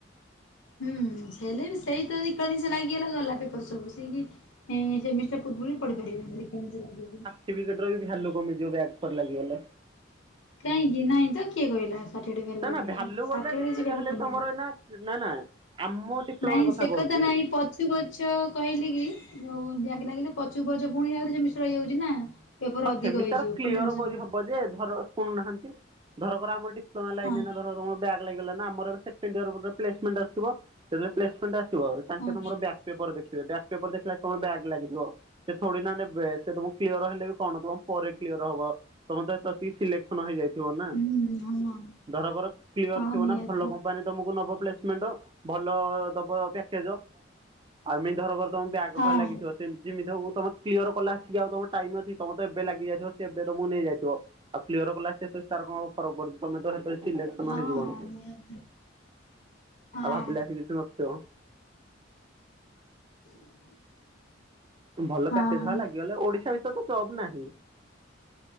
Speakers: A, on the left (about 70°); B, on the right (about 25°).
A: ହୁଁ ହେଲେ ବି ସେଇ ତ <unintelligible> ଲାଗିଗଲା ଗଲା ପେପର ସବୁ <unintelligible> ହଁ ସେମିଷ୍ଟର ପୂର୍ବରୁ ବି ପଢିପାରିବେନି। <unintelligible>
B: ସାର୍ଟିଫିକେଟ ର ବି ଭ୍ୟାଲୁ କମିଯିବ ବ୍ୟାକ୍ ଥରେ ଲାଗିଗଲେ।
A: କାହିଁକି? ନାଇଁ ତ କିଏ କହିଲା ସା ସାର୍ଟିଫିକେଟ ର
B: ନା
A: ଭ୍ୟାଲୁ
B: ନା
A: କମିଯିବ? ‌ସାର୍ଟିଫିକେଟ
B: ବୋଲେ ଯେତେ
A: ର
B: ଯାହା
A: କିଛି
B: ହେଲେ
A: ଭ୍ୟାଲୁ
B: ବି ତୁମର
A: କହିବନି।
B: ଏଇନା ନା ନା ଆମ ଡିପ୍ଲୋମା
A: ନାଇଁ ସେ
B: କହୁଛି
A: କଥା ନାଇଁ ପ ପଛୁକୁ ପଛ କହିଲି କି ଆଉ ବ୍ୟାଙ୍କ୍ ଲାଗିଲେ ପଛୁକୁ ପଛ ପୁଣି ଆହୁରି ସେମିଷ୍ଟର ରହିଯାଉଛି ନା। ପେପର
B: ହଁ
A: ଅଧିକ
B: ସେମିଷ୍ଟାର
A: ହେଇଯିବ
B: କ୍ଲିୟର
A: ପୁଣି ଟେନସନ୍
B: କରିହବ
A: ବଢିଯିବ।
B: ଯେ ଧର ଶୁଣୁନାହାନ୍ତି, ଧରକର ଆମର ଏଠି <unintelligible>
A: ହଁ
B: ବ୍ୟାକ୍ ଲାଗି ଗଲା ନା, ଆମର ଏବେ ସେକେଣ୍ଡ ୟିଅର୍ ପ୍ଲେସମେଣ୍ଟ ଆସିବ। ଯେତେବେଳେ ପ୍ଲେସମେଣ୍ଟ ଆସିବ
A: ହଁ
B: ସିଏ ତମର ବ୍ୟାକ୍ ପେପର ଦେଖିବେ। ବ୍ୟା ପେପର ଦେଖିଲା ଯଦି ତମର ବ୍ୟାକ୍ ଲାଗଥିବ, ସେ ଥୋଡ଼ି ନା ନେବେ। ସିଏ ତମକୁ କ୍ଲିୟର୍ ହେଲେ ବି କଣ ତମ ପରେ କ୍ଲିୟର ହବ। ତମର <unintelligible> ସିଲେକ୍ସନ ହେଇଯାଇ ଥିବ ନା।
A: ହୁଁ ହଁ
B: ଧରକର କ୍ଲିୟର
A: ହଁ
B: ଥିବ
A: ନିହାତି।
B: ନା ଭଲ କମ୍ ପାନୀ ତମକୁ ନବ ପ୍ଲେସମେଣ୍ଟ। ଭଲ ଦବ ପ୍ୟାକେଜ, ଆଉ ଏମିତି ଧରକର ତମ ବ୍ୟାକ୍
A: ହଁ
B: ଫ୍ୟାକ୍ ଲାଗିଥିବ, ସେ- ଯେମିତି ହଉ ତମର କ୍ଲିୟର କଲା ଆସକି ଆଉ ତମର ଟାଇମ ଅଛି? ତମର ତ ଏବେ ଲାଗି ଯାଇଥିବ, ସିଏ ଏବେ ତମକୁ ନେଇଯାଇଥିବ। ଆଉ କ୍ଲିୟର କଲା ସେ ତାର କଣ ଫରକ ପଡୁଛି। ତମେ ତ ସିଲେକ୍ସନ
A: ହଁ
B: ହେଇଯିବଣି।
A: ହଁ ନିହାତି। ହଁ ହଁ
B: ଆଉ ଭାବିଲେ ଆସିକି କିଛି ନଥିବ। <inaudible>
A: <inaudible>
B: ଭଲ ପ୍ୟାକେଜ୍
A: ଆଉ
B: ଲାଗିଗଲେ, ଓଡ଼ିଶା ଭିତରେ ତ ଜବ୍ ନାହିଁ।